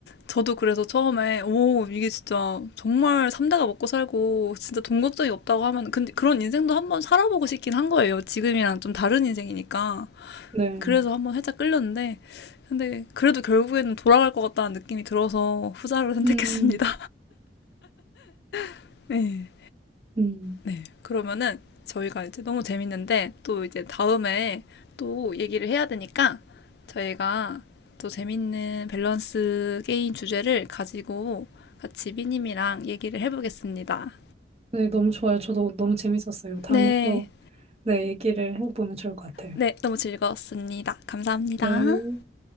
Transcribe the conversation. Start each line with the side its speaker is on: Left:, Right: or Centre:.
Left: 저도 그래서 처음에, 오, 이게 진짜 정말 삼대가 먹고 살고, 진짜 돈 걱정이 없다고 하면, 근데 그런 인생도 한번 살아보고 싶긴 한 거예요. 지금이랑 좀 다른 인생이니까.
Right: 네.
Left: 그래서 한번 살짝 끌렸는데, 근데 그래도 결국에는 돌아갈 것 같다는 느낌이 들어서 후자를 선택했습니다.
Right: 음.
Left: <laughs> 네.
Right: 음.
Left: 네. 그러면은 저희가 이제 너무 재밌는데 또 이제 다음에 또 얘기를 해야 되니까 저희가 또 재밌는 밸런스 게임 주제를 가지고 같이 비님이랑 얘기를 해보겠습니다.
Right: 네, 너무 좋아요. 저도 너무 재밌었어요. 다음에
Left: 네.
Right: 또 네, 얘기를 해보면 좋을 것 같아요.
Left: 네. 너무 즐거웠습니다. 감사합니다.
Right: 네.